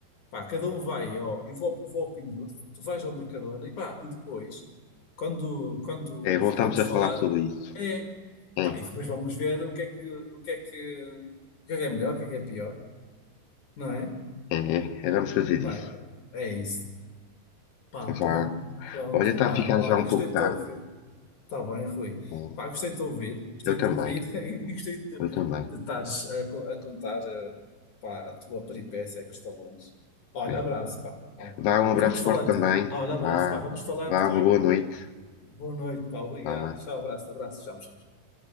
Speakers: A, on the left; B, on the left.
A: Pá, cada um vai, ó, eu vou, vou ao Pingo Doce, tu vais ao Mercadona e pá, e depois, quando, quando
B: é, voltamos
A: podemos
B: a
A: falar,
B: falar sobre isso.
A: é...
B: É,
A: Pá, e depois vamos ver o que é que, o que é que, o que é que é melhor, o que é que é pior, não é?
B: é, é, é, vamos fazer isso.
A: Pá, é isso. Pá, pronto,
B: Vá.
A: pronto,
B: Olha, está
A: pá.
B: a ficar
A: Olha,
B: já um
A: gostei
B: pouco
A: de
B: tarde.
A: te ouvir. Está bem, Rui.
B: É,
A: Pá, gostei de te ouvir. Gostei
B: eu
A: de
B: também,
A: te ouvir <laughs> e gostei de,
B: eu também.
A: de estares a, co- a contar, eh, pá, a tua peripécia com os talões. Olha,
B: É.
A: abraço, pá. Olha.
B: Vá, um abraço
A: Depois vamos falando.
B: forte também.
A: Olha,
B: Vá,
A: abraço, pá. Vamos falando,
B: vá,
A: está
B: uma
A: bem?
B: boa noite.
A: Boa noite, pá. Obrigado.
B: Vá.
A: Tchau, abraço, abraço. Tchau, tchau.